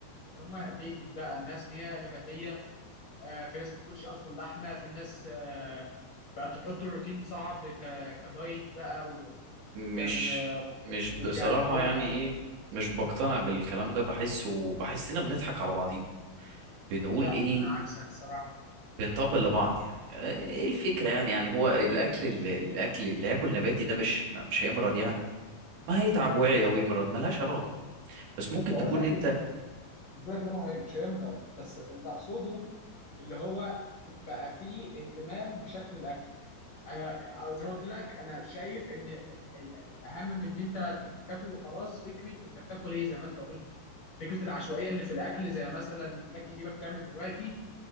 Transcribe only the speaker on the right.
مش
مش بصراحه
يعني
ايه مش بقتنع بالكلام ده بحس وبحسنا بنضحك على بعضينا بنقول
ايه
بنطبل لبعض يعني ايه الفكره يعني يعني هو الاكل اللي الاكل اللي هياكل نباتي ده مش مش هيمرض يعني ما هيتعب وعي او يمرض ملهاش علاقه بس
ممكن
تكون
انت